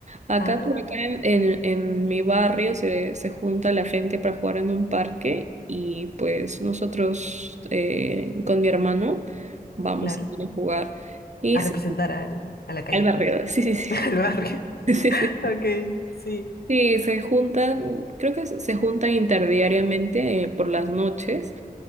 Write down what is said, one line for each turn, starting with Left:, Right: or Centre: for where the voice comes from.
Right: Acá
Left: Ah,
Right: por acá en, en, en mi barrio se, se junta la gente para jugar en un parque y pues nosotros eh, con mi hermano vamos
Left: claro.
Right: a jugar. Y
Left: a
Right: sí,
Left: representar al- a la calle,
Right: al barrio, <laughs> sí,
Left: <laughs>
Right: sí,
Left: al barrio.
Right: sí. <laughs>
Left: Ok, sí.
Right: Sí, se juntan, creo que se se juntan interdiariamente eh, por las noches